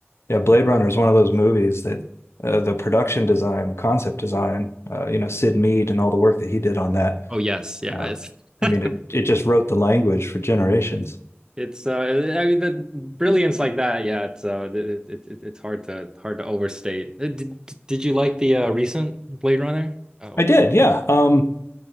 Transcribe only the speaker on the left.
Yeah, Blade Runner is one of those movies that uh, the production design, the concept design, uh, you know, Sid Mead and all the work that he did on that.
Uh,
I
mean, it it just wrote the language for generations.
I did, yeah. Um,